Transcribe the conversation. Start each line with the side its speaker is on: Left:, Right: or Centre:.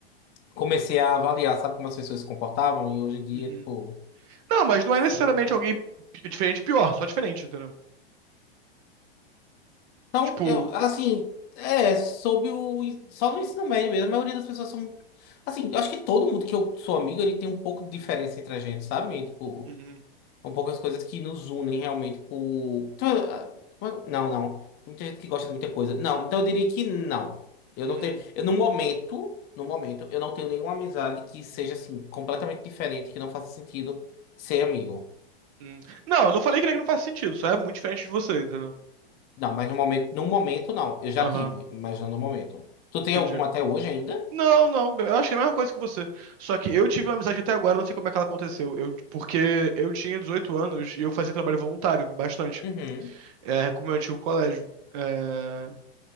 Left: comecei a avaliar, sabe como as pessoas se comportavam? E hoje em dia,
Right: Uhum,
Left: tipo.
Right: Não, mas não
Left: sim.
Right: é necessariamente alguém pi- diferente, pior, só diferente, entendeu?
Left: Então,
Right: Tipo,
Left: eu, assim, é, sob o. Só no ensino médio mesmo, a maioria das pessoas são. Assim, eu acho que todo mundo que eu sou amigo, ele tem um pouco de diferença entre a gente, sabe? Tipo.
Right: uhum,
Left: São poucas coisas que nos unem realmente por. Então, ah, como é- Não, não. Tem muita gente que gosta de muita coisa. Não, então eu diria que não. Eu não
Right: uhum,
Left: tenho. Eu, no momento, no momento, eu não tenho nenhuma amizade que seja assim, completamente diferente, que não faça sentido ser amigo.
Right: uhum. não, eu não falei que não faz sentido, só é muito diferente de você, entendeu?
Left: Não, mas no momento, no momento não. Eu já
Right: Aham,
Left: tive, mas não no momento. Tu tem
Right: entendi.
Left: algum até hoje ainda?
Right: Não, não, eu achei a mesma coisa que você. Só que eu tive uma amizade até agora, não sei como é que ela aconteceu. Eu, porque eu tinha 18 anos e eu fazia trabalho voluntário, bastante,
Left: Uhum.
Right: é, com o meu antigo colégio. É,